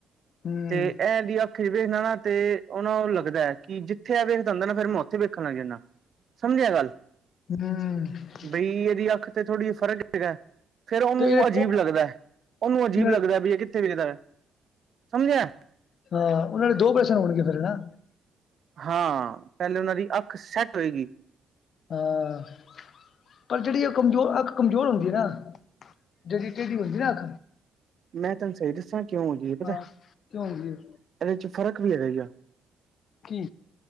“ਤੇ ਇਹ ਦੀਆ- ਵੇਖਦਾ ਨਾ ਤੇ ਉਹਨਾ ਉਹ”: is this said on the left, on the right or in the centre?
Right